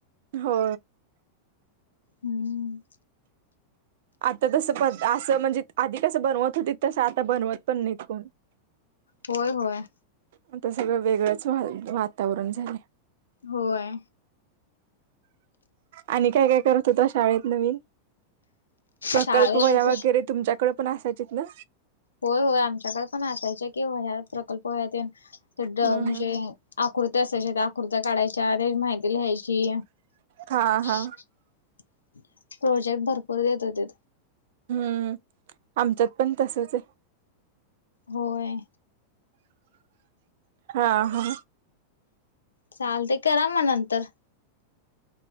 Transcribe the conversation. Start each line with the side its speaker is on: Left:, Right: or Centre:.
Right: हो.
Left: हम्म.
Right: आता कस प असं म्हणजे आधी तस बनवत होते तसं आता बनवत पण नाहीत कोण.
Left: होय, होय.
Right: आता सगळं वेगळंच वातावरण झालय.
Left: होय.
Right: आणि काय, काय करत होता शाळेत नवीन? प्रकल्प
Left: शाळेत
Right: वह्या वगैरे तुमच्याकडे पण असायचेत ना?
Left: होय, होय आमच्याकडे पण असायच कि वह्या प्रकल्प होय ते म्हणजे
Right: हम्म हम्म
Left: आकृती असायच्या आकृत्या काढायच्या त्या माहिती लिहायची
Right: हा
Left: ची
Right: हा
Left: <inaudible> प्रोजेक्ट भरपूर देत होते.
Right: हम्म आमच्यात पण तसचंय.
Left: होय.
Right: हा हा.
Left: चालते करा मग नंतर.